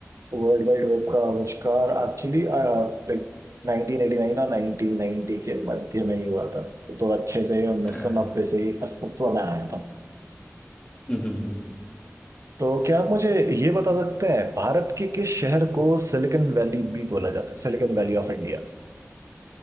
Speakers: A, on the right; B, on the left.
A: वर्ल्ड वाइड वेब का आविष्कार एक्चुअली लाइक 1989 और 1990 के मध्य में ही हुआ था तो अच्छे से ही 1990
B: अरे
A: से ही अस्तित्व में आया था
B: हम्म हम्म हम्म।
A: तो क्या आप मुझे ये बता सकते हैं भारत के किस शहर को सिलिकॉन वैली भी बोला जाता है सिलिकॉन वैली ऑफ इंडिया